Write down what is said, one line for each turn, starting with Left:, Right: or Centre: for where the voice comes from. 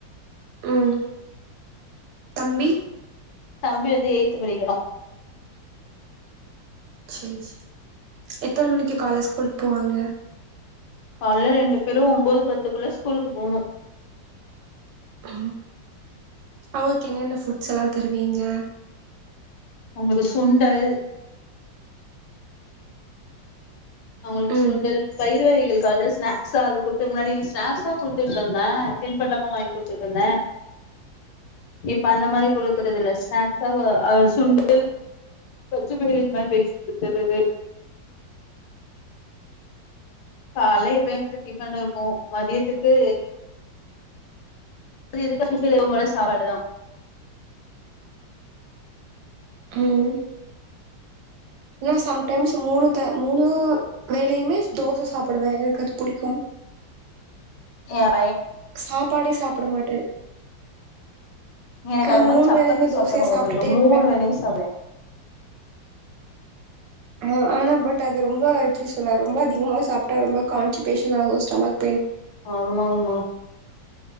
Right: ம் தம்பி
Left: தம்பி வந்து எய்த்து படிக்கிறா.
Right: செரி செரி. எத்தன மணிக்கு கால்ல ஸ்கூலுக்கு போவாங்க?
Left: கால்ல ரெண்டு பேரு ஒம்போது பத்துக்குள்ள ஸ்கூலுக்கு போகணு
Right: ஆ அவங்களுக்கு என்னென்ன ஃபுட்ஸ் எல்லா தருவீங்க?
Left: அவுங்களுக்கு சுண்டல் அவங்களுக்கு
Right: ம்
Left: சுண்டல் பயிறு வகைகள் காலல ஸ்நா க்ஸ் அது குட்த்துறக்கு முன்னாடி ஸ்நாக்ஸாதா குடுத்துட்டு இருந்தே தின்பண்டமு வாங்கி குடுத்துட்டு இருந்தே இப்ப அந்த மாரி குடுக்குறது இல்ல ஸ்நாக்காக ஆ சுண்டல் பச்ச பயிறு இந்த மாரி வேவுச்சி குடுக்கறது கால்ல எப்பயு <inaudible> டிஃபன் இருக்கு மதியத்துக்கு மதியோ <inaudible> எப்பவும் போல சாப்பாடுதா.
Right: ம் நா சம்டைம்ஸ் மூணு க மூணு வேளையுமே தோச சாப்பிடுவே எனக்கு அது புடிக்கு
Left: ஆ
Right: சாப்பாடே சாப்பட மாட்டே
Left: எனக்கு
Right: ஆ
Left: அது
Right: மூணு
Left: மாரி சப்பாத்தி
Right: வேலையுமே தோசையா
Left: சாப்ட்டா ரொம்ப
Right: சாப்ட்டுட்டே
Left: புடிக்கு.
Right: இருப்பே
Left: மூணு வேளையு சாப்டுவே.
Right: ஆ ஆனா பட் அது ரொம்ப எப்டி சொல்ல ரொம்ப அதிகமா சாப்ட்டா ரொம்ப கான்சிபேஷன் ஆகு ஸ்டமக்
Left: ஆமா ஆமா